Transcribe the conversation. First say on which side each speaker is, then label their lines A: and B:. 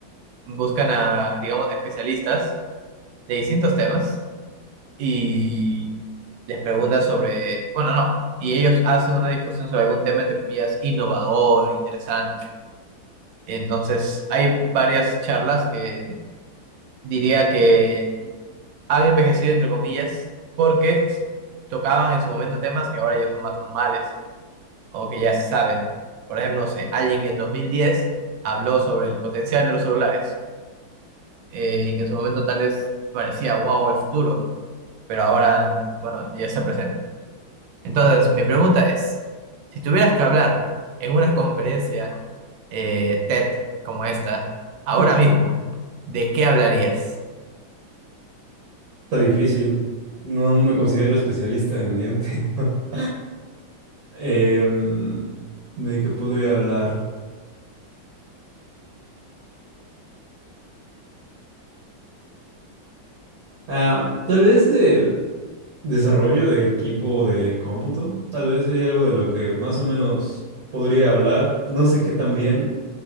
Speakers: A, on the right; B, on the right.
A: buscan a, digamos, especialistas de distintos temas y les pregunta sobre, bueno, no, y ellos hacen una discusión sobre algún tema, entre comillas, innovador, interesante. Entonces, hay varias charlas que diría que han envejecido, entre comillas, porque s- tocaban en su momento temas que ahora ya son más normales o que ya se saben. Por ejemplo, no sé, alguien que en 2010 habló sobre el potencial de los celulares eh, y que en su momento tal vez parecía, wow, el futuro, pero ahora, bueno, ya se presenta. Entonces, mi pregunta es, si tuvieras que hablar en una conferencia eh, TED como esta, ahora
B: <laughs>
A: mismo, ¿de qué hablarías?
B: Está difícil. No, no me considero especialista en ni un tema. <laughs> Em, ¿de qué podría hablar? Ah, tal vez de... Desarrollo de equipo de cómputo, tal vez sería algo de lo que más o menos podría hablar. No sé qué tan bien